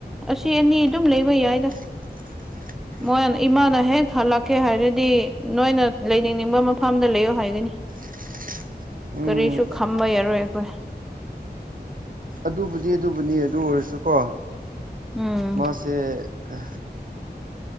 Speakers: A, in the centre; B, on the right.
A: ꯑꯁꯤ ꯑꯦꯅꯤ ꯑꯗꯨꯝ ꯂꯩꯕ ꯌꯥꯏꯗ
B: <unintelligible>
A: ꯃꯣꯏ ꯏꯃꯥꯅ ꯍꯦꯛ ꯍꯜꯂꯛꯀꯦ ꯍꯥꯏꯔꯗꯤ ꯅꯣꯏꯅ ꯂꯩꯅꯤꯡꯅꯤꯡꯕ ꯃꯐꯝꯗ ꯂꯩꯌꯣ ꯍꯥꯏꯒꯅꯤ
B: <unintelligible> ꯎꯝ
A: ꯀꯔꯤꯁꯨꯨ ꯈꯥꯝꯕꯩ ꯌꯥꯔꯣꯏꯣꯏ ꯑꯩꯈꯣꯏ
B: ꯑꯗꯨꯕꯨꯗꯤ ꯑꯗꯨꯕꯨꯅꯤ ꯑꯗꯨ ꯑꯣꯏꯔꯁꯨꯀꯣ
A: ꯎꯝ
B: ꯃꯥꯁꯦ ꯑ